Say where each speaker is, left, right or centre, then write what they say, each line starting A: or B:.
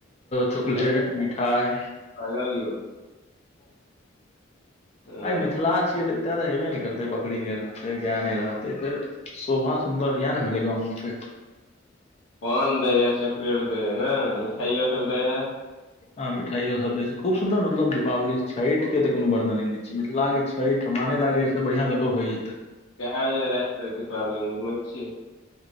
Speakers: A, on the left; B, on the left.
A: चॉकलेट
B: आब तऽ
A: मिठाई
B: लागल यौ हँ
A: आइ मिथिला छियै तऽ एते तऽ हेबे ने करतै बकरी नहि रहते गाय नहि रहतै फेर शोभा सुन्दर इएह ने भेलै गावंमे के '
B: पान दै हए चॉकलेट दै है ने मिठाइयो सभ दै हैत
A: आ मिठायो सब देय छै खूब सुन्दर मतलब दीपावली छठ के तऽ कोनो वर्णने ने छै मिथिला के अहि ठमा नहि लागैया अइ स बढ़िया कतहु होइत
B: <unintelligible> कै बजे राति तक दीपावली मे घुमै छियै